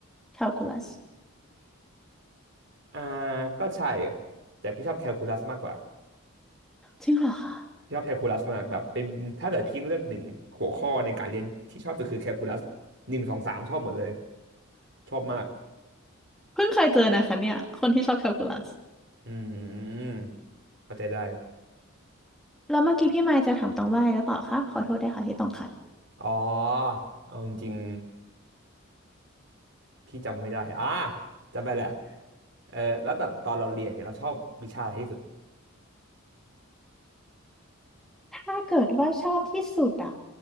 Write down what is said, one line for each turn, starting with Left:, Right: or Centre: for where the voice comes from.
Centre: Calculus
Right: อ่าก็ใช่แต่พี่ชอบแคลคูลัสมากกว่า
Centre: จริงเหรอคะ
Right: พี่ชอบแคลคูลัสมากแบบเป็นถ้าเกิดพี่เลือกหนึ่งหัวข้อในการเรียนที่ชอบสุดคือแคลคูลัสหนึ่งสองสามชอบหมดเลยชอบมาก
Centre: เพิ่งเคยเจอนะคะเนี่ยคนที่ชอบ Calculus
Right: อืมเข้าใจได้
Centre: แล้วเมื่อกี้พี่มายจะถามตองว่าอะไรหรือเปล่าคะขอโทษด้วยค่ะที่ต้องขัด
Right: อ๋อเอาจริง พี่จำไม่ได้ อ่าจำไปแหละเออแล้วแต่ตอนเราเรียนเนี่ยเราชอบวิชาอะไรที่สุด
Centre: ถ้าเกิดว่าชอบที่สุดอ่ะ